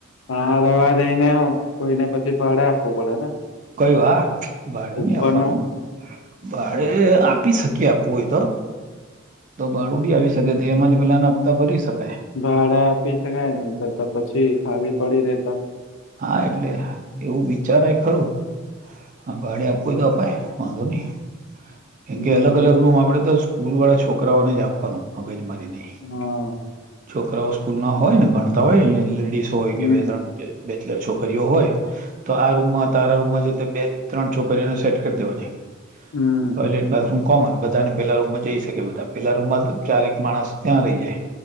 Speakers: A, on the left; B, on the right.
A: હા રેહવા દઈને, કોઈને પછી ભાડે આપવું પડે ને?
B: કયું આ ભાડે
A: ઉપરનું
B: નહી આપવાનું ભાડે એ આપી શકીએ આપવું હોય તો તો બાાડું બી આવી શકે તો એમાંથી પેલાના હપ્તા ભરી શક
A: ભાડે આપી શકાય તો તો પછી ખાલી પડી રેતા
B: હા, એટલે એવું વિચારાય ખરું. આ ભાડે આપવું હોય તો અપાય વાંધો નહી. કેમ
A: હમ
B: કે અલગ અલગ રૂમ આપે તો સ્કૂલ વાળા છોકરાઓને જ આપવાનું. મગજ માર રી નહીં.
A: હા
B: છોકરાઓ સ્કૂલ ના હોય ને ભણતા હોય અહીંયા લેડીસ હોય
A: હમ
B: કે બે ત્રણ કે એટલે છોકરીઓ હોય, તો આ રૂમમાં તારા રૂમમાં જે બે ત્રણ છોકરીઓને સેટ કરી દેવાની.
A: હમ
B: ટોયલેટ બાથરૂમ કોમન બધાને પેલા રૂમમાં જઈ શકે બધા પેલા રૂમમાં ચારેક માણસ ત્યાં રહી જાય.